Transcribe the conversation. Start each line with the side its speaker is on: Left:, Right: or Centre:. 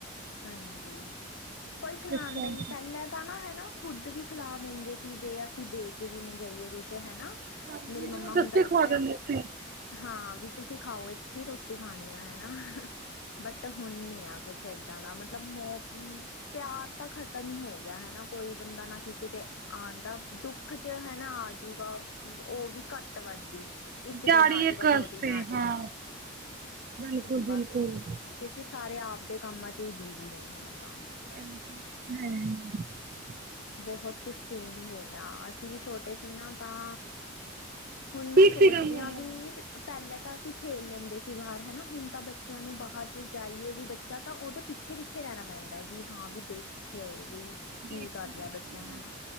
Left: ਹਾਂਜੀ! ਕੋਈ ਖਿਲਾਂਦਾ
Right: ਇਸ ਕਰਕੇ
Left: ਹੀ ਨਹੀਂ। ਪਹਿਲਾਂ ਤਾਂ ਨਾ ਹੈਨਾ ਉਹ ਖੁੱਦ ਵੀ ਖਿਲਾ ਦਿੰਦੇ ਸੀ ਗੇ। ਅਸੀਂ ਦੇ ਕੇ ਵੀ ਨਹੀਂ ਜਾਈਏ ਕੁੱਛ ਹੈਨਾ!
Right: ਹਾਂਜੀ
Left: ਮੇਰੀ ਮੰਮਾ
Right: ਜ਼ਬਰਦਸਤੀ
Left: ਹੁਣ ਦੱਸਦੇਿਆਂ
Right: ਖਵਾ ਦਿੰਦੇ ਸੀ
Left: ਹਾਂ! ਵੀ ਤੁਸੀਂ ਖਾਓ ਇੱਥੇ ਹੀ ਰੋਟੀ ਖਾਣੀ ਆ ਹੈਨਾ ਬਟ ਹੁਣ ਨੀਆ ਕੁੱਛ ਦ ਦਾ ਮਤਲਬ ਮ ਪਿਆਰ ਤਾਂ ਖਤਮ ਹੀ ਹੋ ਹਨਾ, ਕੋਈ ਬੰਦਾ ਨਾ ਕਿਸੇ ਤੇ ਆਦਾ ਦੁੱਖ ਚ ਹਨਾ ਆਜੂਗਾ ਉਹ ਵੀ ਘੱਟ ਵੱਧ ਹੀ ਇੱਕ
Right: ਦਿਹਾੜੀ
Left: ਦਿਨ ਆਜੂਗਾ
Right: ਇੱਕ ਵਾਸਤੇ
Left: ਦੋ ਦਿਨ ਆਜੂਗਾ,
Right: ਹਾਂ ਬਿਲਕੁਲ ਬਿਲਕੁਲ
Left: ਬਸ ਕਿਉਂਕਿ ਸਾਰੇ ਆਪਦੇ ਕੰਮਾਂ ਚ ਹੀ ਬਿਜੀ ਨੇ ਹੁਣ ਤਾਂ।
Right: ਹੂੰ,
Left: ਬਹੁਤ ਕੁਛ ਚੇਂਜ ਹੋ ਗਿਆ ਅਸੀਂ ਵੀ ਛੋਟੇ ਸੀ ਨਾ ਤਾਂ ਹੁਣ ਮੈਂ
Right: ਠੀਕ
Left: ਸੋਚਦੀ
Right: ਸੀਗਾ ਮਾਹੌਲ
Left: ਹਾਂ ਵੀ ਪਹਿਲੇ ਤਾਂ ਅਸੀਂ ਖੇਲ ਲੈਂਦੇ ਸੀ ਬਾਹਰ ਹਨਾ ਹੁਣ ਤਾਂ ਬੱਚਿਆਂ ਨੂੰ ਬਾਹਰ ਜੇ ਜਾਈਏ ਵੀ ਬੱਚਾ ਤਾਂ ਉਹਦੇ ਪਿੱਛੇ ਪਿੱਛੇ ਰਹਿਣਾ ਪੈਂਦਾ ਵੀ ਹਾਂ ਵੀ ਦੇਖਿਆ ਵੀ
Right: ਦੇਖ
Left: ਕੀ
Right: ਬਿਲਕੁਲ
Left: ਕਰ ਰਿਹਾ ਬੱਚਾ ਹਨਾ